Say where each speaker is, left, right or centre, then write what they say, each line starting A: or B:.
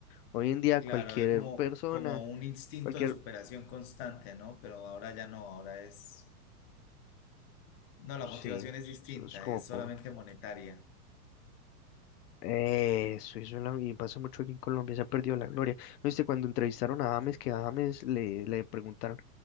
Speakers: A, on the left; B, on the left.
A: Hoy en día
B: claro,
A: cualquier
B: había como,
A: persona,
B: como un instinto
A: cualquier,
B: de superación constante, ¿no? Pero ahora ya no, ahora es, no, la motivación
A: sí,
B: es distinta,
A: es es como
B: es solamente
A: po-
B: monetaria.
A: Eso hizo la- y pasa mucho aquí en Colombia, se ha perdido la gloria. ¿No viste cuando entrevistaron a James, que a James le, le preguntaron,